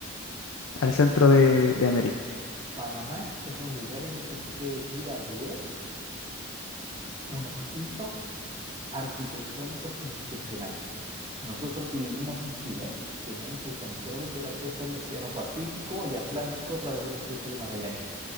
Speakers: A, on the left; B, on the right.
A: Al centro de, de América,
B: Panamá es un lugar en el que tú puedes ir a ver unos hitos arquitectónicos impresionantes. Nosotros que vivimos en Chile teníamos el control del acceso al Océano Pacífico y Atlántico a través del Estrecho de Magallanes.